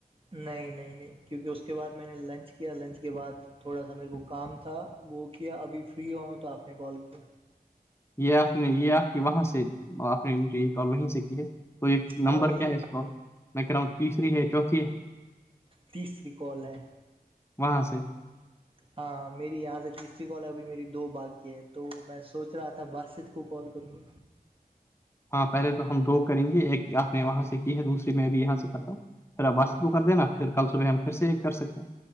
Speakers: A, on the right (about 35°); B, on the left (about 15°).
A: نہیں نہیں نہیں کیونکہ اس کے بعد میں نے لنچ کیا لنچ کے بعد تھوڑا سا میرے کو کام تھا وہ کیا ابھی فری ہو ہوں تو آپ نے کال کیا
B: یہ آپ نے یہ آپ کی وہاں سے آپ نے مجھے یہ کال وہیں سے کی ہے تو یہ
A: ہاں
B: نمبر
A: وہی
B: کیا ہے اس کو میں کہہ رہا ہوں تیسری ہے چوتھی ہے
A: تیسری کال ہے
B: وہاں سے
A: ہاں میری یہاں سے تیسری کالب بھی میری دو باغی ہے تو میں سوچ رہا تھا باسط کو کال کروں
B: ہاں پہلے تو ہم دو کریں گے ایک آپ نے وہاں سے کی ہے دوسری میں بھی یہاں سے کرتا ہوں پھر اب آس
A: ہ
B: تو کو کر دینا پھر کل صبح ہم پھر سے یہ کر سکتے ہیں